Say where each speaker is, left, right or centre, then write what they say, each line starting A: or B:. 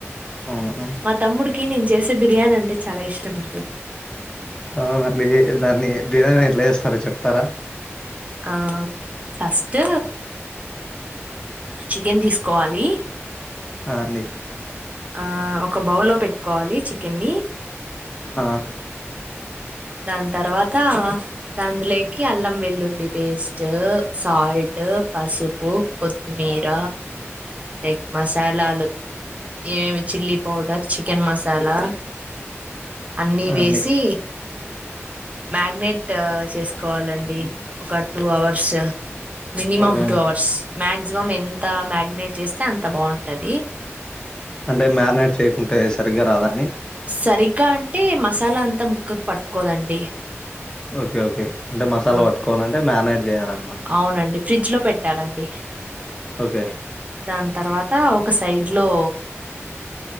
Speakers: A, on the left (about 15°); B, on the right (about 30°).
A: అవును.
B: మా తమ్ముడికి నేను చేసి బిర్యానీ అంటే చాలా ఇష్టం అండి
A: అవునండి దాన్ని బిర్యానీ ఎట్లా చేస్తారో చెప్తారా
B: ఆ ఫస్ట్ చికెన్ తీసుకోవాలి
A: హన్నె <unintelligible>
B: ఆ ఒక బౌల్లో పెట్టుకోవాలి చికెన్ని
A: ఆ
B: దాని తర్వాత అందులోకి అల్లం వెల్లుల్లి పేస్ట్ సాల్ట్, పసుపు, కొత్తిమీర, ఎగ్ మసాలాలు ఏమేమి చిల్లీ పౌడర్ చికెన్ మసాలా అన్నీ
A: ఆ!
B: వేసి
A: అండి
B: మ్యాగ్నేెట్ చేసుకోవాలండి ఒక టూ అవర్స్ మినిమమ్
A: ఓకే అండి
B: టూ అవర్స్ మాక్సి మనం ఎంత మ్యాగినేట్ చేస్తే అంత బాగుంటది
A: అంటే మ్యారినేట్ చేయకుంటే సరిగ్గా రాదండి
B: సరిగ్గా అంటే మసాలా అంతా ముక్కకు పట్టుకోదండి
A: ఓకే ఓకే అంటే మసాలా
B: ఆ
A: పట్టుకోవాలంటే మ్యారినేట్ చేయాలన్నమాట
B: అవునండి ఫ్రిడ్జ్ లో పెట్టాల డి
A: ఓకే
B: దాని తర్వాత ఒక సైడ్ లో